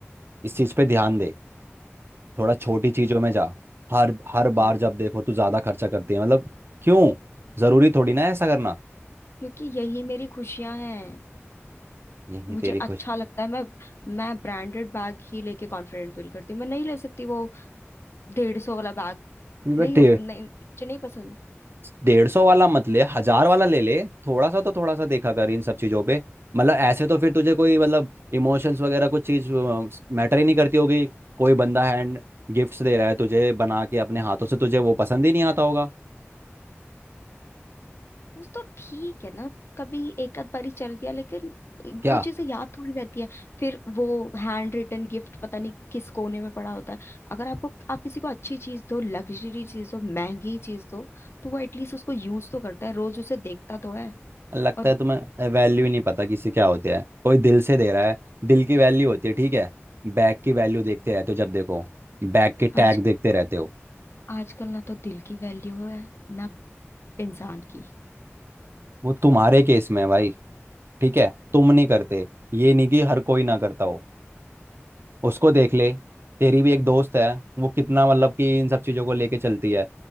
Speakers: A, on the right; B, on the left.
A: इस चीज पे ध्यान दे थोड़ा छोटी चीजों में जा हर हर बार
B: यार
A: जब देखो तू ज्यादा खर्चा करती है मतलब क्यों जरूरी थोड़ी ना है ऐसा करना
B: क्योंकि यही मेरी खुशियां हैं
A: यही
B: मुझे
A: तेरी खुशी
B: अच्छा लगता है मैं मैं ब्रांडेड बैग ही लेके कॉन्फिडेंट फील करती हूँ मैं नहीं ले सकती वो डेढ़ सौ वाला बैग
A: बट
B: नहीं हो नहीं मुझे नहीं पसंद
A: डेढ़ सौ वाला मत ले हजार वाला ले ले थोड़ा सा तो थोड़ा सा देखा कर इन सब चीजों पे मतलब ऐसे तो फिर तुझे कोई मतलब इमोशंस वगैरह कुछ चीज मैटर ही नहीं करती होगी कोई बंदा हैंड गिफ्ट्स दे रहा है तुझे बना के अपने हाथों से तुझे वो पसंद ही नहीं आता होगा
B: वो तो ठीक है ना कभी एक आध बारी चल गया लेकिन
A: क्या
B: वो चीजें याद थोड़ी रहती है फिर वो हैंड रिटन गिफ्ट पता नहीं किस कोने में पड़ा होता है अगर आपको आप किसी को अच्छी चीज दो लग्जरी चीज दो महंगी चीज दो तो वो एटलीस्ट उसको यूज तो करता है रोज उसे देखता तो है
A: लगता
B: और
A: है तुम्हें वैल्यू ही नहीं पता किसी क्या होती है कोई दिल से दे रहा है दिल की वैल्यू होती है ठीक है बैग की वैल्यू देखते रहते हो जब देखो बैग के
B: आज
A: टैग देखते रहते हो
B: आजकल ना तो दिल की वैल्यू है ना इंसान की
A: वो तुम्हारे केस में है भाई ठीक है तुम नहीं करते ये नहीं कि हर कोई ना करता हो उसको देख ले तेरी भी एक दोस्त है वो कितना मतलब कि इन सब चीज़ों को लेके चलती है